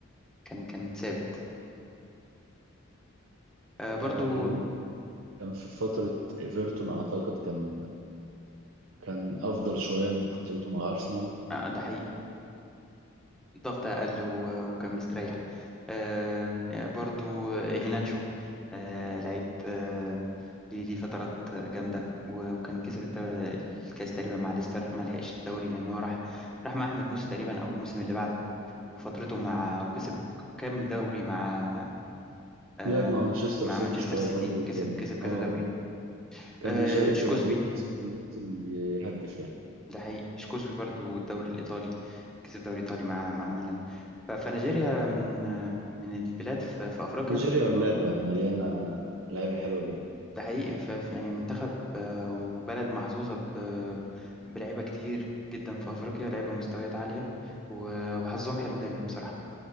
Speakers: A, in the centre; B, on the right.
A: كان كان ثابت آه، برضو
B: آه يعني كان في فتره ايفرتون اعتقد كان كان افضل شويه من فترته مع ارسنال
A: آه، ده حقيقي الضغط أقل و- وكان مستريح آه، آه، برضو آه، هيناتشو آه، لعيب آه، ليه ليه فترات جامدة و- وكان كسب الدو- الكاس تقريبا مع ليستر ما لحقش الدوري لأن هو راح راح مع أحمد موسى تقريبا أو الموسم اللي بعده وفترته مع وكسب كام دوري مع آه،
B: لعب مع مانشستر
A: مع
B: سيتي
A: مانشستر
B: شويه
A: سيتي
B: برضه
A: كسب
B: كان
A: كسب كذا
B: اه
A: دوري
B: كان
A: آه،
B: بيشارك
A: شكوزوي
B: كبديل بس كان بينزل يهدف يعني
A: ده حقيقي شكوزبي برضو الدوري الإيطالي كسب دوري إيطالي مع مع ميلان ف- فنيجيريا من من البلاد في, في أفريقيا
B: نيجيريا ولاده مليانه لعيبه حلوه
A: ده حقيقي ف ف- يعني منتخب آه، وبلد محظوظة ب- بلعيبة كتير جدا في أفريقيا لعيبة مستويات عالية و- وحظهم حلو دايما بصراحة